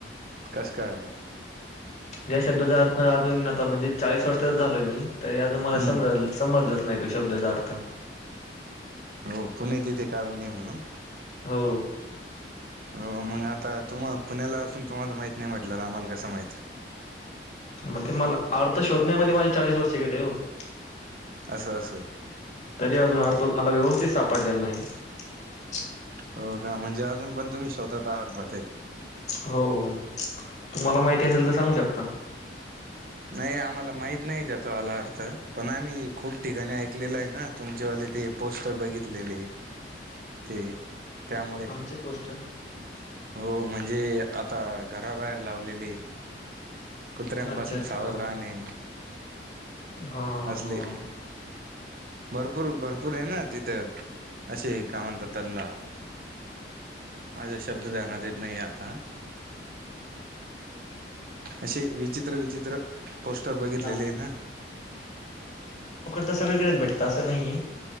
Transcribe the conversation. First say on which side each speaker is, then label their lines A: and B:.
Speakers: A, on the right; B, on the left.
A: नमस्कार
B: या शब्दाचा अर्थ अजून आता म्हणजे चाळीस वर्षात झालोय मी तर अजून मला
A: हम्म
B: समज समजलंच नाही तो शब्द त्याच अर्थ <inaudible>
A: हो पुणे तिथे काय उणे म्हणून
B: हो...
A: हो मग आता तुम्हाला पुण्याला असून तुम्हाला माहीत नाही म्हटल्यावर आम्हाला कस माहीत होईल.
B: मग ते मला अर्थ शोधण्यामध्ये माझे चाळीस वर्ष गेले हो <inaudible>
A: अस-असं
B: तरी अजून अर्थ मला व्यवस्थित सापडलेला नाही <inaudible>
A: हो का? म्हणजे अजून पण तुम्ही शोधात आहात बरे
B: हो तुम्हाला माहिती असेल तर सांगू शकता.
A: नाही आम्हाला माहित नाही त्याचा वाला अर्थ पण आम्ही खूप ठिकाणी ऐकलेल आहे ना तुमच्यावाले ते पोस्टर बघितलेले ते त्यामुळे
B: आमचे पोस्टर <inaudible>
A: हो म्हणजे आता घराबाहेर लावलेले कुत्र्यांपासून
B: अच्छा अच्छा
A: सावध
B: हा
A: राहणे
B: हा
A: असले
B: -हा
A: भरपूर- भरपूर आहे ना तिथं असे काय म्हणतात त्यांना? माझा शब्द ध्यानात येत नाही आता <inaudible> असे विचित्र -विचित्र पोस्टर बघितलेलेय
B: हा,
A: ना
B: तो सगळीकडेच भेटत असं नाहीये